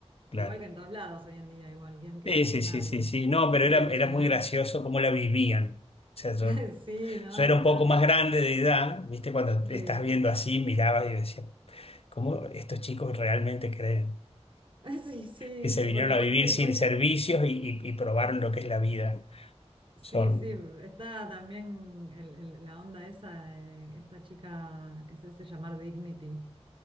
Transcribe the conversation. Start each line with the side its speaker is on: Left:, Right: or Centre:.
Left: claro.
Right: Igual que en todos lados hoy en día, igual, ¿quién queda?
Left: Sí, sí,
Right: Nadie.
Left: sí, sí, sí. No,
Right: El
Left: pero
Right: hippie
Left: era,
Right: original.
Left: era muy gracioso cómo la vivían. O sea, yo,
Right: <laughs> Sí, no,
Left: yo era
Right: olvídate.
Left: un poco más grande de edad, ¿viste? Cuando
Right: Sí,
Left: estás viendo así, mirabas y decías, ¿cómo estos chicos realmente creen
Right: <laughs> sí, sí,
Left: que se
Right: sí,
Left: vinieron
Right: porque aparte
Left: a vivir
Right: después,
Left: sin servicios y, y- y probaron lo que es la vida?
Right: sí,
Left: Son,
Right: sí, está también el- el- la onda esa, de esta chica que se hace llamar Dignity.